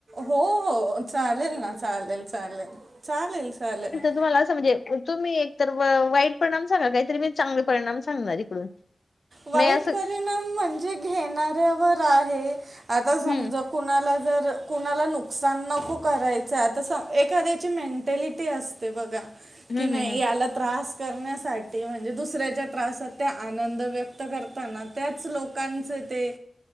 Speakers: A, on the right; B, on the left.
A: हो हो चालेल ना चालेल चालेल चालेल चालेल.
B: तुमलाजे तुम्ही एक तर वाईट परिणाम सांगा काहीतरी मी चांगले परिणामां. वारीकडून
A: वाईट
B: म असं.
A: परिणाम म्हणजे घेणाऱ्यावर आहे आता समजा.
B: हम्म
A: कुणाला जर कुणाला नुकसान नको करायचं आहे तर स एखाद्याची मेंटॅलिटी असते. ब
B: हम्म
A: की नाही
B: हम्म हम्म
A: या त्र करण्यासाठी म्हणजे दुसऱ्या त्रासात त्या आनंद व्यक्त करताना त्याच लोकांचे ते